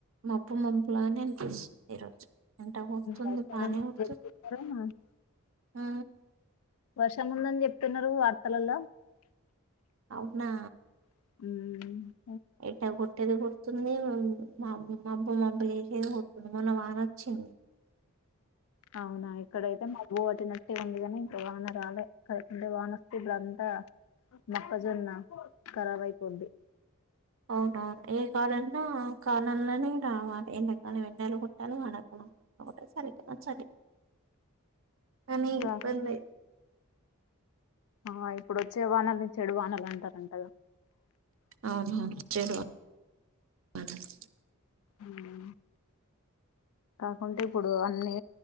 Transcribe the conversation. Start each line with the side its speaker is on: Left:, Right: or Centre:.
Right: మబ్బు మబ్బులానే అనిపిస్తుంది ఈ రోజు ఎండ కొడుతుంది
Left: వర్షం
Right: బానే కొడుతుంది.
Left: చెప్తున్నారు
Right: ఆ
Left: వర్షంముందని చెప్తున్నారు వార్తలల్ల
Right: అవునా
Left: ఉమ్
Right: ఎట కొట్టేది కొడుతుందీ మనము మాబ్ మబ్బ మబ్బ చేసింది పోతుంది మొన్న వాన్నొచ్చింది.
Left: అవునా ఇక్కడైతే మబ్బు కోట్ కొట్టేనట్టే ఉంది కానీంక వాన రాలే <unintelligible> వానొస్తే ఇప్పుడంతా మొక్కజొన్న ఖరాబ్ అయిపోద్ది
Right: అవునవును ఏ కాలంలో ఆ కాలంలోనే రావాలి. ఎండాకాలంలో ఎండలు కొట్టాలి. వానకాలం ఒకటేసారి <unintelligible> కానీ
Left: కాకుంటే
Right: ఇబ్బందే
Left: ఆ ఇప్పుడోచ్చే వానల్ని చెడు వానలు అంటారంటగా
Right: అవునవును చెడు వానలు
Left: ఉ ఉ కాకుంటే ఇప్పుడు అన్ని